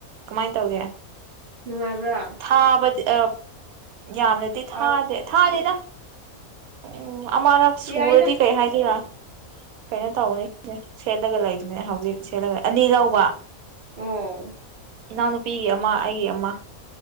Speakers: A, on the right; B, on the right.
A: ꯀꯃꯥꯏꯅ ꯇꯧꯒꯦ
B: ꯅꯨꯡꯉꯥꯏꯕ꯭ꯔꯥ
A: ꯊꯥꯕꯗꯤ ꯑ ꯌꯥꯝꯅꯗꯤ
B: ꯄꯥꯕ
A: ꯊꯥꯗꯦ ꯊꯥꯗꯦꯗ ꯎꯝ ꯑꯃꯔꯛ ꯁꯨꯔꯗꯤ
B: ꯌꯥꯏꯗ
A: ꯀꯩ ꯍꯥꯏꯗꯣꯏꯔꯥ ꯀꯩꯅꯣ ꯇꯧꯅꯤ ꯁꯤꯅꯦ ꯁꯦꯠꯂꯒ ꯂꯩꯗꯨꯅꯦ ꯍꯧꯖꯤ ꯁꯦꯠꯂꯒ ꯑꯅꯤ ꯂꯧꯕ
B: ꯑꯣ
A: ꯏꯅꯥꯎꯅꯨꯄꯤꯒꯤ ꯑꯃ ꯑꯩꯒꯤ ꯑꯃ